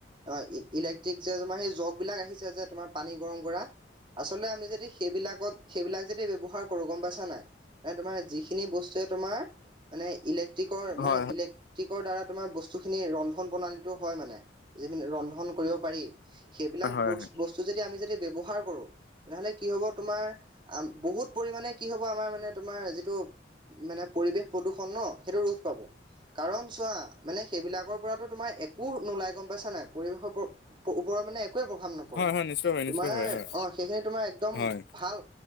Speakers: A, on the right; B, on the left.
A: অঁ ইলেক্ট্ৰিক যে তোমাৰ সেই জগবিলাক আহিছে যে তোমাৰ পানী গৰম কৰা। আচলতে আমি যদি সেইবিলাকত সেইবিলাক যদি ব্যৱহাৰ কৰো গম পাইছা নাই। মানে তোমাৰ যিখিনি বস্তুৱে তোমাৰ মানে, ইলেক্ট্ৰিকৰ
B: হয়
A: মানে ইলেক্ট্ৰিকৰ দ্বাৰা তোমাৰ বস্তুখিনি ৰন্ধন প্ৰণালীটো হয় মানে। যি ৰন্ধন কৰিব পাৰি সেইবিলাক
B: হয় হয় হয়।
A: বস্তু যদি আমি যদি ব্যৱহাৰ কৰো। তেনেহলে কি হব তোমাৰ বহুত পৰিমামানে কি হব আমাৰ মানে, তোমাৰ যিটো মানে পৰিৱেশ প্ৰদূষণ ন সেইটো ৰোধ পাব। কাৰণ চোৱা মানে সেইবিলাকৰ পৰাতো তোমাৰ একো নোলাই গম পাইছা নাই পৰিৱেশৰ পৰা। ওপৰত মানে একোৱে প্ৰভাৱ নপৰে
B: হয় হয় নিশ্চয় হয়
A: তোমাৰ
B: নিশ্চিত হয় হয়
A: অ সেইখিনি তোমাৰ একদম,
B: হয়।
A: ভাল